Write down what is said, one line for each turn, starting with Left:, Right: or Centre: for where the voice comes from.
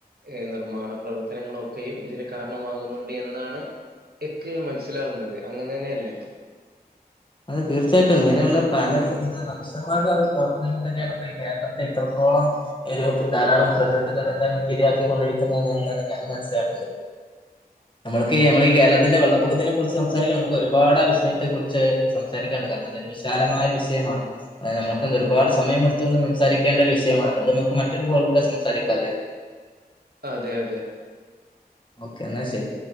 Right: ർ നിർമ്മാണ പ്രവർത്തനങ്ങളൊക്കെയും ഇതിന് കാരണമാകുന്നുണ്ട് എന്നാണ് എക്ക മനസ്സിലാവുന്നത് അങ്ങന തന്നെയ അല്ലേ
Left: അത തീർച്ചയായിട്ടും ഇങ്ങനെയുള്ള പലശ പ്രവർത്തനങ്ങൾ തന്നെയാണ് കേരളത്തെ എത്രത്തോളം ധാരാളം പ്രകൃ ദരന്തങ്ങൾക്ക ഇരിയാക്കി കൊണ്ടിരിക്കുന്നത എന്നാണ് ഞാൻ മനസ്സിലാക്കണ്ടുന്നത് നമ്മുക്ക്ഈ നമ്മള ഈ കേരളത്തിന്റെ വെള്ളപ്പൊക്കത്തിനെ കുറിച്ച് സംസാരിക്കണം നമുക്ക് ഒരുപാട് ആ വിഷയത്തെ കുറിച്ച് സംസാരിക്കാണ്ട് കാരണം അതൊരു വിശാലമായ വിഷയമാണ് നമുക്ക് ഒരുപാട് സമയ എടുത്തുകൊണ്ട് സംസാരിക്കേണ്ട ഒരും വിഷയത് നമു മറ്റൊരുോലൂടെ സംാാംല്ലേ
Right: അതെ അതെ
Left: ഓക്കെ എന്നാ ശരി